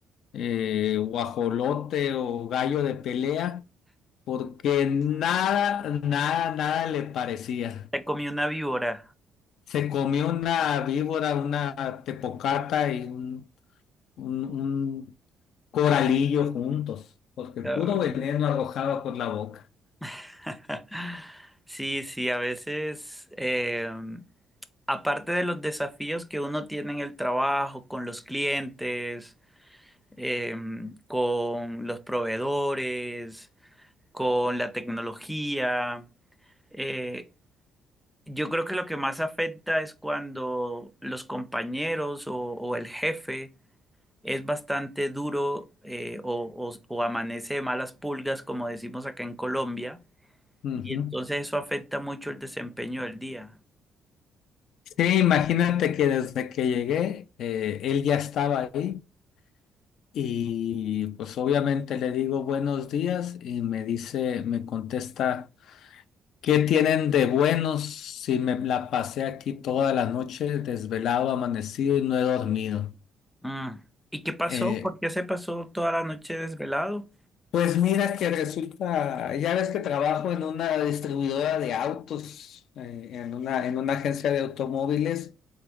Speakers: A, on the left; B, in the centre.
A: eh, guajolote o gallo de pelea, porque nada, nada, nada le parecía.
B: te comí una víbora.
A: Se comió una víbora, una tepocata y un, un, un coralillo juntos, porque
B: Ah.
A: puro veneno arrojaba por la boca.
B: <laughs> Sí, sí, a veces, eh, aparte de los desafíos que uno tiene en el trabajo, con los clientes, eh, con los proveedores, con la tecnología, eh, Yo creo que lo que más afecta es cuando los compañeros o, o el jefe es bastante duro eh, o, o- o amanece de malas pulgas, como decimos acá en Colombia,
A: Ujú.
B: y entonces eso afecta mucho el desempeño del día.
A: Sí, imagínate que desde que llegué, eh, él ya estaba ahí y pues obviamente le digo buenos días y me dice, me contesta, ¿qué tienen de buenos si me la pasé aquí toda la noche desvelado, amanecido y no he dormido?
B: Mm. ¿Y qué pasó?
A: Eh,
B: ¿Por qué se pasó toda la noche desvelado?
A: pues mira que resulta, ya ves que trabajo en una distribuidora de autos, eh, en una, en una agencia de automóviles.